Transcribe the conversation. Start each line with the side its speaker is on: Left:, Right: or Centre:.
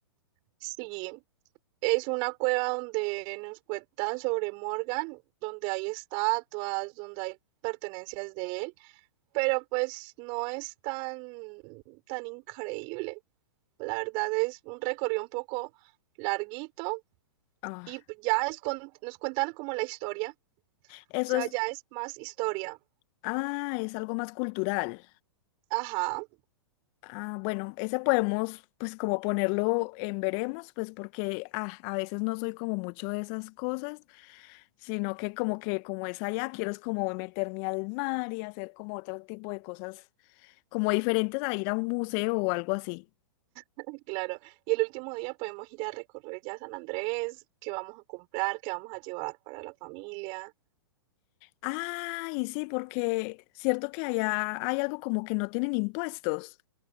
Right: Sí, es una cueva donde nos cuentan sobre Morgan, donde hay estatuas, donde hay pertenencias de él, pero pues no es tan, tan increíble. La verdad es un recorrido un poco larguito
Left: Ah,
Right: y pues, ya es con- nos cuentan como la historia
Left: Eso
Right: O sea,
Left: es
Right: ya es más historia.
Left: Ah, es algo más cultural.
Right: Ajá,
Left: Ah, bueno, ese podemos, pues como ponerlo en veremos, pues porque ah, a veces no soy como mucho de esas cosas, sino que como que como es allá, quiero es como meterme al mar y hacer como otro tipo de cosas como diferentes a ir a un museo o algo así.
Right: <laughs> claro. Y el último día podemos ir a recorrer ya San Andrés, qué vamos a comprar, qué vamos a llevar para la familia.
Left: Ah, y sí, porque cierto que allá hay algo como que no tienen impuestos.